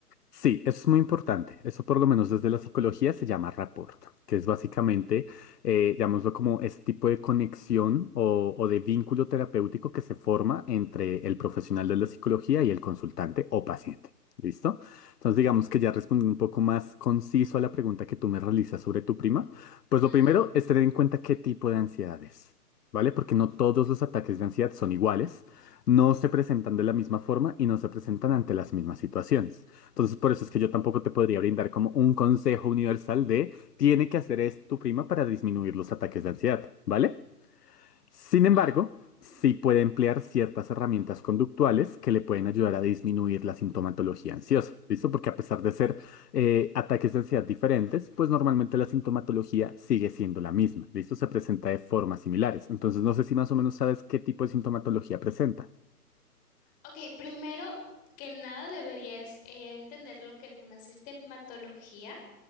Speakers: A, on the left (about 75°); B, on the left (about 15°).
A: Sí, eso es muy importante. Eso por lo menos desde la psicología se llama rapport, que es básicamente, eh, llamémoslo como ese tipo de conexión o, o de vínculo terapéutico que se forma entre el profesional de la psicología y el consultante o paciente. ¿Listo? Entonces digamos que ya respondiendo un poco más conciso a la pregunta que tú me realizas sobre tu prima, pues
B: Ujú.
A: lo primero es tener en cuenta qué tipo de ansiedad es, ¿vale? Porque no todos los ataques de ansiedad son iguales, no se presentan de la misma forma y no se presentan ante las mismas situaciones. Entonces, por eso es que yo tampoco te podría brindar como un consejo universal de tiene que hacer esto tu prima para disminuir los ataques de ansiedad, ¿vale? Sin embargo,
B: Ah,
A: sí
B: mm.
A: puede emplear ciertas herramientas conductuales que le pueden ayudar a disminuir la sintomatología ansiosa, ¿listo? Porque a pesar de ser eh, ataques de ansiedad diferentes, pues normalmente la sintomatología sigue siendo la misma, ¿listo? Se presenta de formas similares. Entonces, no sé si más o menos sabes qué tipo de sintomatología presenta.
B: Ok, primero que nada deberías eh, entender lo que es una sistematología,